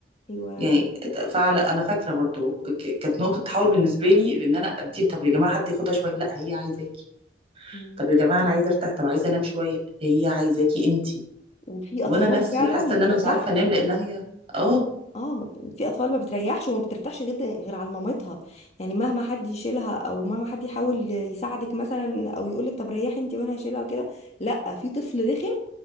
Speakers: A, on the left; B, on the right.
A: ايوه
B: يعني فعلا انا فاكره برضو ك- كانت نقطه تحول بالنسبه لي ان انا اديها طب يا جماعه حد ياخدها شويه لا هي عايزاكي
A: مم.
B: طب يا جماعه انا عايزه ارتاح طب عايزه انام شويه هي عايزاكي انت
A: وفي
B: وانا
A: أطفال
B: نفسي
A: فعلا
B: حاسه
A: ما
B: ان
A: بترتاحش
B: انا مش عارفه انام لان هي اه
A: اه ما ب- في اطفال ما بتريحش وما بترتاحش جدا غير على مامتها يعني مهما حد يشيلها او مهما حد يحاول يساعدك مثلا او يقولك طب ريحي انت وانا هشيلها وكده لا في طفل رخم